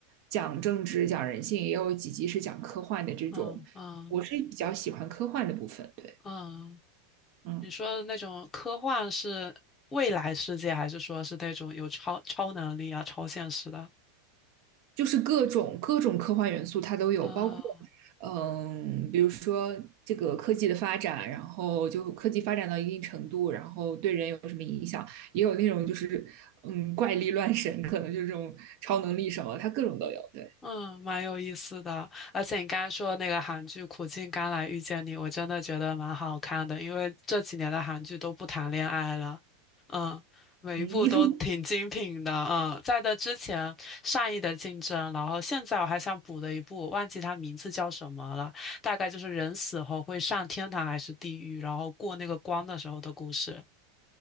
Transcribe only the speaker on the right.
讲政治、讲人性，也有几集是讲科幻的这种。
我是比较喜欢科幻的部分，对，
嗯。
就是各种各种科幻元素它都有，
包括嗯，比如说这个科技的发展，然后就科技发展到一定程度，然后对人有什么影响，也有那种就是嗯怪力乱神，可能就是这种超能力什么，它各种都有。对，
嗯，